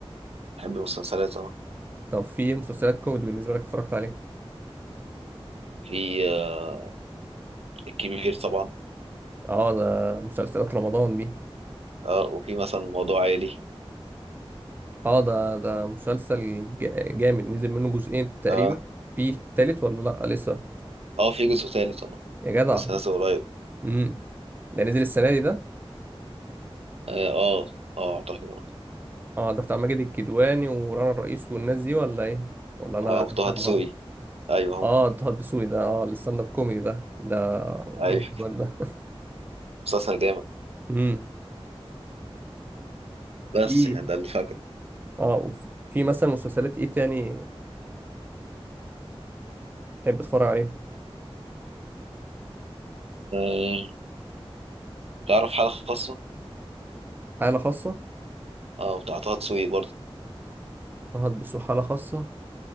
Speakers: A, on the right; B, on the right.
A: بحب المسلسلات اه
B: طب في مسلسلات كوميدي بالنسبة لك اتفرجت عليها؟
A: في آه الكبير طبعا
B: اه ده مسلسلات رمضان دي
A: اه وفي مثلا موضوع عائلي
B: اه ده ده مسلسل جا- جامد نزل منه جزئين تقريبا
A: اه
B: في تالت ولا لا لسه
A: اه في جزء ثالث طبعا
B: يا جدع
A: بس نازل قريب
B: امم ده نزل السنه دي ده
A: اه اه آه، اعتقد اه
B: اه ده بتاع ماجد الكدواني ورانا الرئيس والناس دي ولا ايه ولا انا
A: آه، وطه
B: فاهم
A: دسوقي
B: غلط
A: ايوه
B: اه
A: هم
B: طه الدسوقي ده اه الستاند اب كوميدي ده ده جامد
A: ايوه
B: ولا
A: مسلسل جامد
B: امم
A: بس
B: في
A: يعني ده اللي فاكره
B: اه وفي- في مثلا مسلسلات ايه تاني تحب تتفرج عليها
A: آه تعرف حالة خاصة
B: حاله خاصه
A: اه بتاع طه دسوقي برضه
B: طه الدسوقي حاله خاصه